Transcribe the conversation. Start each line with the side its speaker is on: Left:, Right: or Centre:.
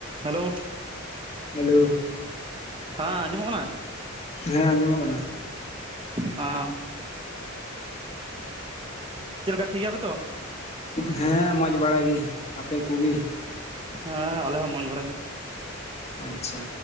Right: Hello
Left: hello
Right: ᱦᱮᱸ ᱟᱸᱡᱚᱢᱚᱜ ᱠᱟᱱᱟ
Left: ᱦᱮᱸ ᱟᱸᱡᱚᱢᱚᱜ ᱠᱟᱱᱟ
Right: ᱟ ᱪᱮᱫᱠᱟ ᱴᱷᱤᱠ ᱜᱮᱭᱟᱯᱮ ᱛᱚ
Left: ᱦᱮᱸ ᱢᱚᱡᱽ ᱵᱟᱲᱟ ᱜᱮ ᱟᱯᱮ ᱠᱚᱜᱮ
Right: ᱦᱮᱸ ᱟᱞᱮ ᱦᱚᱸ ᱢᱚᱸᱡᱽ ᱵᱟᱲᱟ ᱜᱮ
Left: ᱟᱪᱪᱷᱟ